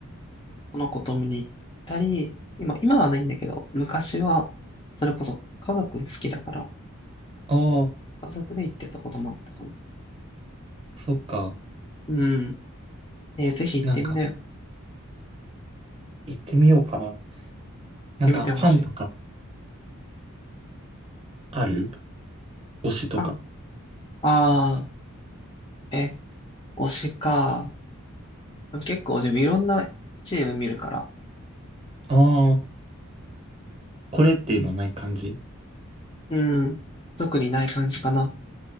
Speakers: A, on the left; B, on the right.
A: その子と見に行ったり、今、今はないんだけど、昔は、それこそ家族も好きだから、
B: あ、ああ、
A: 家族で行ってたこともあったかな。
B: そっか。
A: うん。えーぜひ行ってみなよ。
B: なんか、
A: 行っ
B: 行ってみようかな。なんか、
A: てみてほしい。
B: ファンとかある推しとか。
A: あ、あー、え、推しか。でも結構自分いろんなチーム見るから、
B: ああ、これっていうのはない感じ
A: うん。特にない感じかな。